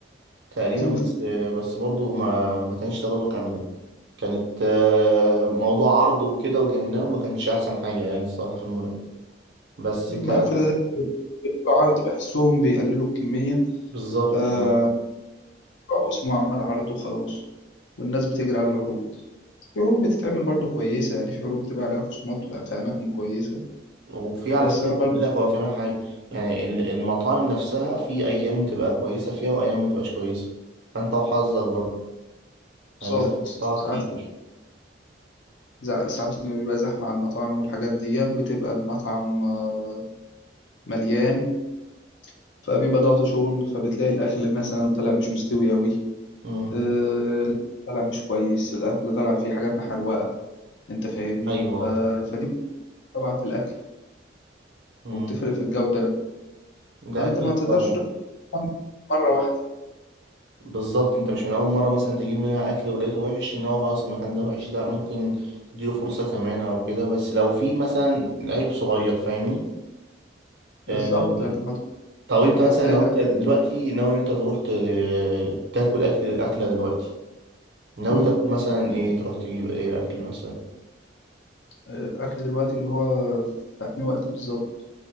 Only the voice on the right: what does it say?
تقريبا
بس آه، بس برضو ما ما كانش تجربة كاملة كانت آه، موضوع عرض وكده وجبناه وما كانش احسن حاجة يعني الصراحة في المولات بس
ك
بالظبط
آه.
وفي على
فكرة
خد
بالك هو فاهم حاجة يعني ال- المطاعم نفسها في أيام بتبقى كويسة فيها وأيام ما تبقاش كويسة فأنت وحظك برضه
يعني دي بقى قصتها
كتير
امم
أيوه
آه، فاهم
امم
ده
أكيد
طبعا
بالظبط أنت مش من أول مرة مثلا تجيب منها أكل ولقيته وحش إن هو خلاص المكان ده وحش لأ ممكن تديله فرصة كمان أو كده بس لو في مثلا عيب صغير فاهمني آه،
طب أنت
مثلا
لو
أنت دلوقتي ناوي إن أنت تروح ت- تاكل أكل أكلة دلوقتي ناوي
تاكل مثلا ايه تروح تجيب ايه اكل مثلا